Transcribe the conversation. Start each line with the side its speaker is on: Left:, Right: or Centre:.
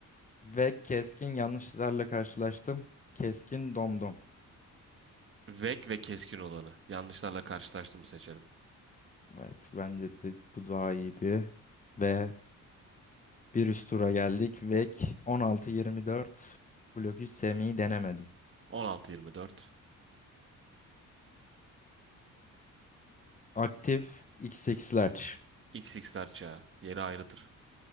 Left: Ve keskin yanlışlarla karşılaştım. Keskin domdom.
Right: Vek ve keskin olanı. Yanlışlarla karşılaştığımı seçerim.
Left: Evet, bence de bu daha iyiydi. Ve bir üst tura geldik. Vek 16-24. Blok 3 sevmeyi denemedim.
Right: 16-24.
Left: Aktif XX'ler.
Right: XX'ler çağı. Yeri ayrıdır.